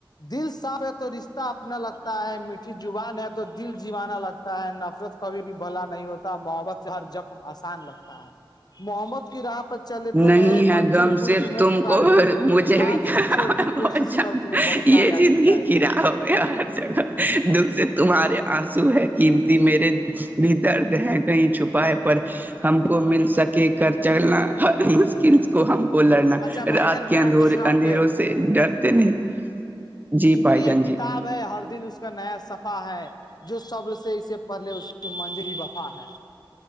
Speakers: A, on the left (about 50°); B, on the right (about 20°).
A: دل صاف ہے تو رشتے اپنا لگتا ہے میٹھی زبان ہے تو دل جیوانا لگتا ہے نفرت کبھی بھی بھلا نہیں ہوتا محبت سے ہر جخم آسان لگتا محبت کی راہ چلتے
B: نہیں
A: رہے
B: ہے
A: منزل
B: غم
A: خود
B: صرف
A: تمہیں
B: تم
A: پکارے
B: کو اور
A: گی
B: مجھے بھی
A: آج کی چھوٹی
B: بہت
A: کوشش
B: جان
A: کرل تمہیں بڑی
B: یہ
A: کامیابی
B: زندگی
A: دلائے
B: کی
A: گی
B: راہ ہم اور جگہ دکھ سے تمہارے آنسو ہے قمتی میرے بھی درد ہے کہیں چھپائے پر ہم کو مل سکے کر چلنا ہر مشکل کو ہم کو لڑنا
A: اچھا بھائی
B: رات
A: جان
B: کے
A: میں
B: اندے
A: آپ کو سناؤں
B: اندھیروں
A: کیا ایک
B: سے ڈرتے نہیں جی
A: زندگی
B: بھائی جان
A: ایک کتاب
B: جی
A: ہے ہر دن اس کا نیا صفح ہے جو صبر سے اسے پہلے اس کی منزل ہی وفا ہے